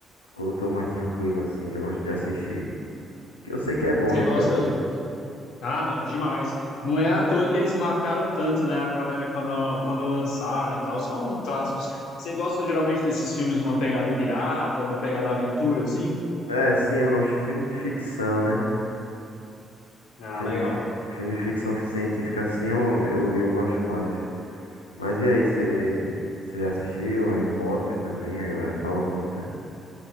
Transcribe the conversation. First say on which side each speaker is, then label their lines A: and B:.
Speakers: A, on the left; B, on the left.
A: quando eu tô mais tranquilo, assim, eu gosto de assistir. Porque eu sei que é bom,
B: Você
A: né,
B: gosta.
A: cara?
B: Ah, não, demais. Não é à toa que eles marcaram tanto, né? A galera quando, quando lançaram e tal. São clássicos. Você gosta geralmente desses filmes, uma pegada pirata, uma pegada aventura, assim?
A: É, sim, eu gosto de filme de ficção, né?
B: Ah,
A: Filme
B: legal.
A: de, fic... filme de ficção científica, assim, eu, eu, eu gosto mais. Mas e aí, você, você já assistiu Harry Potter também? A galera fala muito, né?